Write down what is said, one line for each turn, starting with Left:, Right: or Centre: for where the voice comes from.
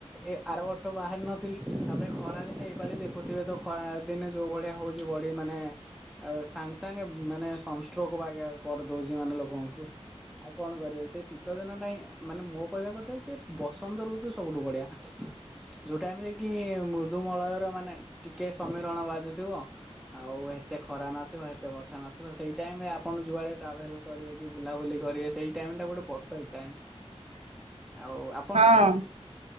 Centre: ଏ ଆର ବର୍ଷ ବାହାରି ନ ଥିଲି ତାପରେ ଖରା ଦିନେ ଏଇପାଲି ଦେଖୁଥିବେ ତ ଖରା ଦିନେ ଯୋଉ ଭଳିଆ ହଉଛି ବଢି ମାନେ ଆ ସାଙ୍ଗେ ସାଙ୍ଗେ ମାନେ ସଂସ୍କୁ ବାଜା କରିଦଉଛି ମାନେ ଲୋକଙ୍କୁ ଆଉ କଣ କରିବେ ସେ ଶୀତ ଦିନ ଟା ହିଁ ମାନେ ମୋ କହିବା କଥା ଯେ ବସନ୍ତ ଋତୁ ସବୁଠୁ ବଢିଆ ଯୋଉ ଟାଇମ ରେ କି ମୃଦୁ ମଳୟ ର ମାନେ ଟିକେ ସମୀରଣ ବାଜୁଥିବ। ଆଉ ଏତେ ଖରା ନଥିବ ଏତେ ବର୍ଷା ନଥିବ ସେଇ ଟାଇମ ରେ ଆପଣ ଯୁଆଡେ ଟ୍ରାଭେଲ କରିବେ କି ବୁଲାବୁଲି କରିବେ ସେଇ ଟାଇମ୍ଟା ଗୋଟେ ପରଫେକ୍ଟ ଟାଇମ୍।
Right: ହ <unintelligible>
Centre: ଆଉ ଆ
Right: ହଁ।